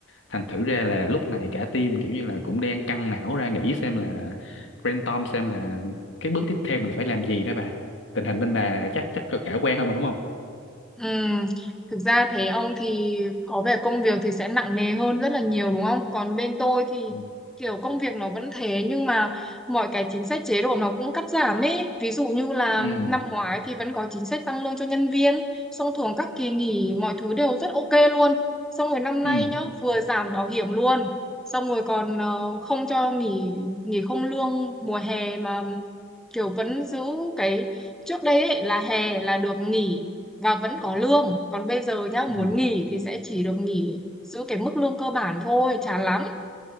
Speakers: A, on the left; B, in the centre.
A: thành thử ra là lúc này cả team kiểu như là cũng đang căng não ra nghĩ xem là brainstorm xem là cái bước tiếp theo mình phải làm gì đó bà tình hình bên bà chắc chắc khả quan hơn mà đúng không
B: Ừm, thực ra thế ông thì có vẻ công việc thì sẽ nặng nề hơn rất là nhiều đúng không? Còn bên tôi thì
A: ừ
B: kiểu công việc nó vẫn thế nhưng mà mọi cái chính sách chế độ nó cũng cắt giảm ấy. Ví dụ như là
A: ừ
B: năm ngoái thì vẫn có chính sách tăng lương cho nhân viên, xong thường các kỳ nghỉ mọi thứ đều rất ok luôn. Xong rồi năm nay
A: ừ
B: nhá, vừa giảm bảo hiểm luôn. Xong rồi còn ờ, không cho nghỉ nghỉ không lương mùa hè mà kiểu vẫn giữ cái trước đây ấy là hè là được nghỉ và vẫn có lương còn bây giờ nhá
A: Ừ.
B: muốn nghỉ thì sẽ chỉ được nghỉ giữ cái mức lương cơ bản thôi chán lắm